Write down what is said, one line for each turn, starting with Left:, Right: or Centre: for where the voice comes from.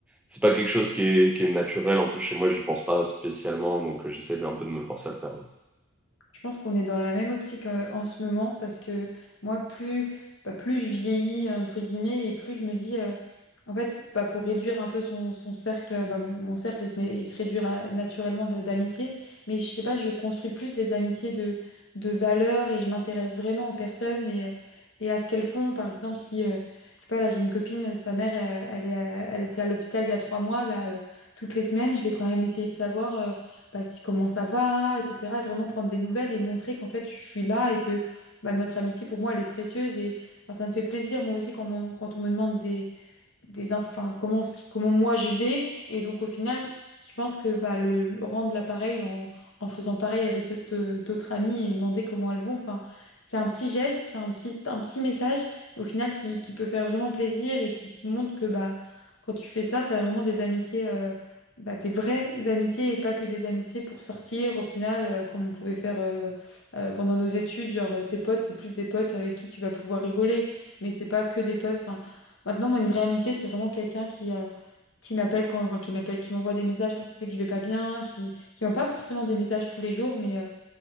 Centre: c'est pas quelque chose qui est, qui est naturel. En plus, chez moi, j'y pense pas spécialement. Donc, euh, j'essaie de- un peu de me forcer à le faire.
Left: Je pense qu'on est dans la même optique euh, en ce moment parce que moi, plus, bah, plus je vieillis, entre guillemets, et plus je me dis, euh, en fait, bah, faut réduire un peu son, son cercle. Bah, mon, mon cercle, il se, né- il se réduira naturellement de- d'amitié, mais je sais pas, je construis plus des amitiés de, de valeur et je m'intéresse vraiment aux personnes et, euh, et à ce qu'elles font. Par exemple, si, euh, je sais pas, là, j'ai une copine, euh, sa mère, euh, elle, est à- elle était à l'hôpital il y a trois mois, bah, euh, toutes les semaines, je vais quand même essayer de savoir. euh, bah, si- comment ça va, etc. Et vraiment prendre des nouvelles et montrer qu'en fait, je suis là et que bah, notre amitié, pour moi, elle est précieuse. Et enfin, ça me fait plaisir, moi aussi, quand, mon- quand on me demande des, des enfin comment comment moi je vais et donc au final je pense que bah, le, le rendre l'appareil en, en faisant pareil avec d'autres d'autres amis et demander comment elles vont enfin c'est un petit geste c'est un petit un petit message au final qui, qui peut faire vraiment plaisir et qui te montre que bah quand tu fais ça t'as vraiment des amitiés euh, bah, des vraies amitiés et pas que des amitiés pour sortir au final euh, comme on pouvait faire euh, euh, pendant nos études genre euh, tes potes c'est plus des potes avec qui tu vas pouvoir rigoler mais c'est pas que des potes enfin Maintenant, moi, une vraie amitié, c'est vraiment quelqu'un qui, euh, qui m'appelle quand, enfin, qui m'appelle, qui m'envoie des messages quand il sait que je vais pas bien, qui, qui m'envoie pas forcément des messages tous les jours, mais, euh,